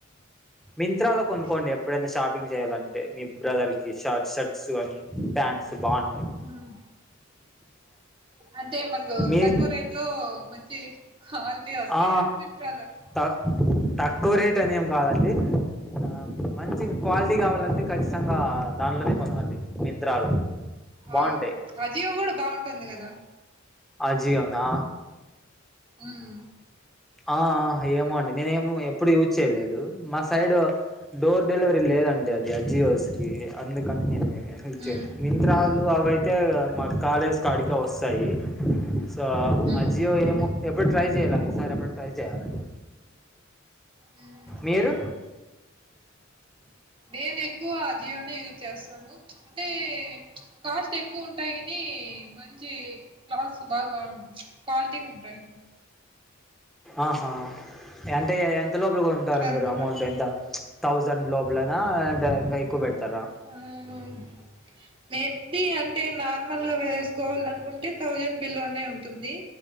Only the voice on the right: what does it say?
అవును.
హ్మ్ అంటే మనకు
తక్కువ రేట్ లో మంచి క్వాలిటీ వస్తాయా?
మింత్రాలో?
అవును అజీఓ కూడా బాగుంటుంది కదా
ఉమ్
హ్మ్.
హ్మ్.
హ్మ్. ట్రై
జెయి. నేను ఎక్కువ ఆ జియోనే యూజ్ చేస్తాను అంటే కాస్ట్ ఎక్కువ ఉంటాయి అని మంచి క్లాస్ బాగా క్వాలిటీగా ఉంటాయి
అందుకు.
హ్మ్ మేబి అంటే నార్మల్ గా వేసుకోవాల అనుకుంటే థౌజండ్ బిలో నే ఉంటుంది